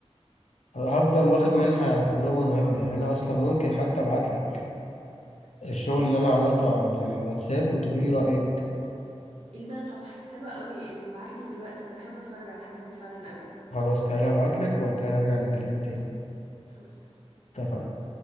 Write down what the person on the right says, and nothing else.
ايه ده طب حلوة قوي ابعتلي دلوقتي انا بحب اتفرج على الحاجات دي فعلا قوي
خلاص